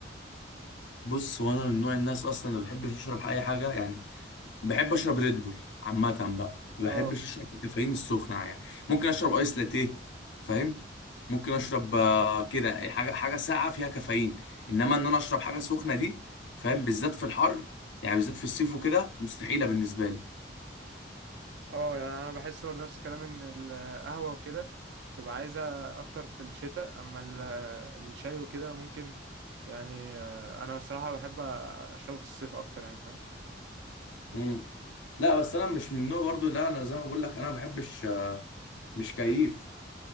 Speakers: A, on the left (about 70°); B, on the right (about 65°).
A: بص وانا من نوع الناس اصلا اللي ما بحبش اشرب اي حاجه يعني بحب اشرب ريد بول عامه بقى ما
B: اه
A: بحبش اشرب الكافيين السخنه يعني ممكن اشرب ايس لاتيه فاهم ممكن
B: مم.
A: اشرب آه، كده حاجه حاجه ساقعه فيها كافيين انما ان انا اشرب حاجه سخنه دي فاهم بالذات في الحر يعني بالذات في الصيف وكده مستحيله بالنسبه لي
B: اه يعني انا بحس برضه نفس الكلام ان القهوه وكده تبقى عايزه اكتر في الشتاء اما ال- الشاي وكده ممكن يعني آه، انا بصراحه بحب اشربه في الصيف اكتر يعني فاهم
A: امم لا بس انا مش من النوع برضو لا انا زي ما بقول لك انا ما بحبش آه، مش كيف